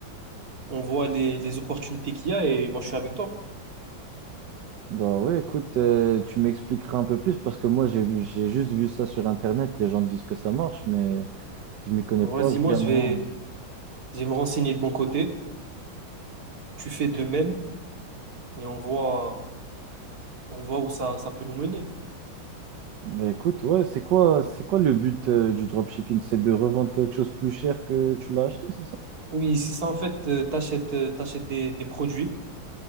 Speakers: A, on the right; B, on the right.
A: on voit les, les opportunités qu'il y a et moi, je suis avec toi.
B: Bah ouais, écoute, euh, tu m'expliqueras un peu plus parce que moi j'ai vu, j'ai juste vu ça sur Internet, les gens disent que ça marche, mais je m'y connais
A: Vas-y,
B: pas vraiment.
A: moi, je vais, je vais me renseigner de mon côté. Tu fais de même et on voit, on voit où ça, ça peut nous mener.
B: Bah écoute, ouais, c'est quoi, c'est quoi le but euh, du dropshipping? C'est de revendre quelque chose plus cher que tu l'as acheté, c'est ça?
A: Oui, c'est ça, en fait, euh, t'achètes, euh, t'achètes des, des produits.